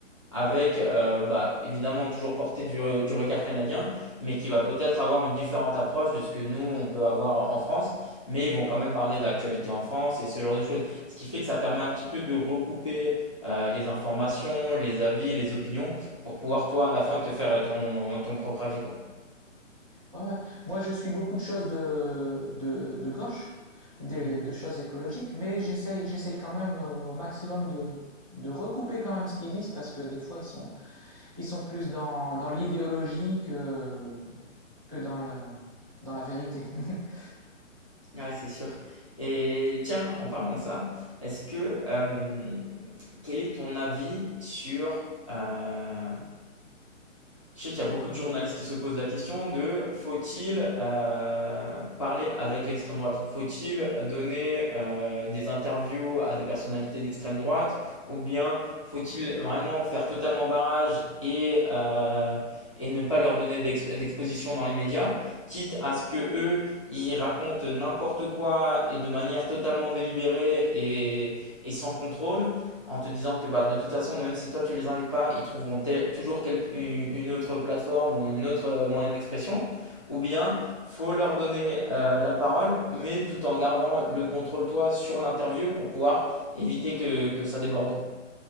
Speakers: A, on the left (about 25°); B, on the right (about 25°).
A: avec, euh, bah, évidemment, toujours portée du, du regard canadien, mais qui va peut-être avoir une différente approche de ce que nous, on peut avoir en France, mais ils vont quand même parler de l'actualité en France et ce genre de choses. Ce qui fait que ça permet un petit peu de recouper euh, les informations, les avis, les opinions, pour pouvoir, toi, à la fin, te faire ton, ton propre avis, quoi.
B: Ouais, ouais. Moi, je suis beaucoup de choses de, de, de gauche, des-
A: Mhm.
B: de choses écologiques, mais j'essaye, j'essaye quand même euh, au maximum de, de recouper quand même ce qu'ils disent, parce que des fois, ils sont, ils sont plus dans, dans l'idéologie que, que dans, le, dans la vérité. <laughs>
A: Ouais, c'est sûr. Et tiens, en parlant de ça, est-ce que euh, Quel est ton avis sur... euh, je sais qu'il y a beaucoup de journalistes qui se posent la question de faut-il euh, parler avec l'extrême droite? Faut-il donner euh, des interviews à des personnalités d'extrême droite? Ou bien faut-il vraiment faire totalement barrage et, euh, et ne pas leur donner d'ex- d'exposition dans les médias, quitte à ce que eux, ils racontent n'importe quoi et de manière totalement délibérée et, et sans contrôle? en te disant que bah, de toute façon, même si toi tu les invites pas, ils trouveront tel- toujours quel- une une autre plateforme ou un autre euh, moyen d'expression, ou bien faut leur donner euh, la parole, mais tout en gardant le contrôle toi sur l'interview pour pouvoir éviter que, que ça déborde.